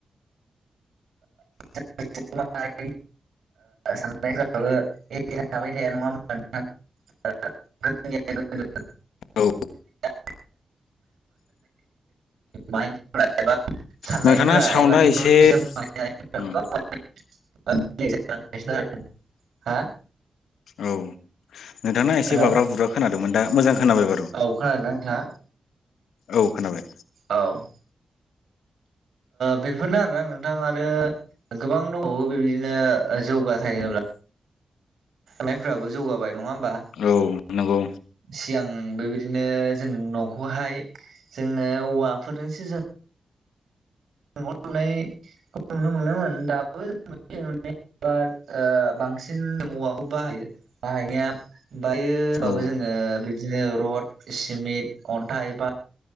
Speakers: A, on the right; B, on the left.
A: <inaudible> साननायफ्राबो थाबाय थाया नङा <inaudible>
B: औ
A: <inaudible> म एबा साननायफोरा
B: नोंथांना साउन्डआ
A: एबा टेक्नलजिजोंों
B: एसे
A: <inaudible>
B: ओम औ नोंथां एसे
A: हेलौ
B: बाब्रा बुुब्रा खोनादोंमोन दा मोजां खोनाबाय बारु
A: औ खोनादोंना नोंथां आ
B: औ खोनाबाय
A: औ बेफोरनो आरोना नोंथां आरो गोबां दङावो बेबायदिनो जौगा थाहब्ला नायफोराबो जौगाबाय नङा होमबा
B: औ नंगौ
A: सिगां बेबायदिनो जों न'खौहाय जोङो औवाफोरजोंसो जों ननायखौ मोनोमोन दाबो जार बांसिन औवाखौ बाहायो बाहायनाया बायो होनबाबो
B: औ
A: जोङो बिदिनो रड सिमेन्ट अन्थाइ एबा